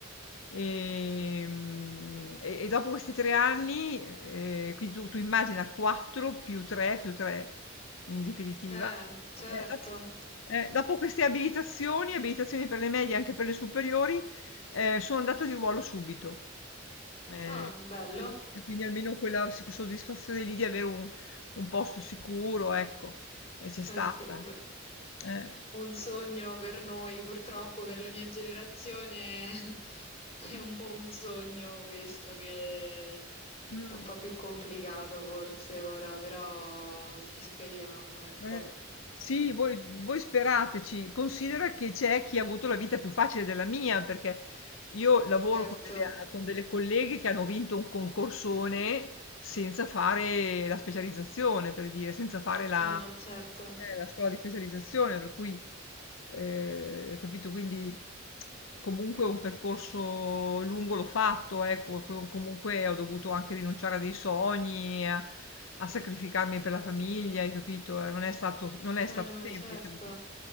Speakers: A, on the left; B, on the left.
A: Ehm, E, e dopo questi tre anni, eh, quindi tu, tu immagina 4 più 3 più 3 in definitiva.
B: Eh, certo.
A: Eh, dop- eh, dopo queste abilitazioni, abilitazioni per le medie e anche per le superiori, eh, sono andata di ruolo subito. Eh,
B: Ah, bello.
A: eh, e quindi almeno quella sic- soddisfazione lì di avere un, un posto sicuro, ecco, eh, c'è
B: Eh
A: stata.
B: sì, beh,
A: Eh,
B: Un sogno per noi, purtroppo per la mia generazione <laughs> è un po' un sogno questo che
A: mm.
B: È un po' più complicato forse ora, però ci speriamo, ecco.
A: Eh, sì, voi voi sperateci. Considera che c'è chi ha avuto la vita più facile della mia, perché io lavoro
B: Certo,
A: con delle, con delle colleghe che hanno vinto un concorsone senza fare la specializzazione, per dire, senza fare la...
B: eh no, certo,
A: È la scuola di specializzazione, per cui, eh, ho capito, quindi comunque un percorso lungo l'ho fatto, ecco, com- comunque ho dovuto anche rinunciare a dei sogni, a, a sacrificarmi per la famiglia, hai capito? Eh, Non è stato, non è stato
B: eh no,
A: semplice.
B: certo.